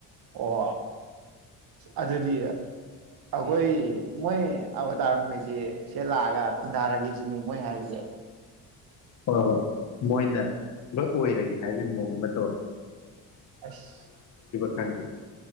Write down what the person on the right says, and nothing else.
ꯑꯣ ꯑꯗꯨꯗꯤ ꯑꯩꯈꯣꯏ ꯃꯣꯏ ꯑꯕ ꯇꯥꯔ ꯃꯈꯩꯁꯦ ꯁꯤ ꯂꯥꯛꯑꯒ ꯈꯨꯟꯗꯥꯔꯒꯦ ꯁꯤꯅꯤ ꯃꯣꯏ ꯍꯥꯏꯔꯤꯁꯦ
ꯑꯁ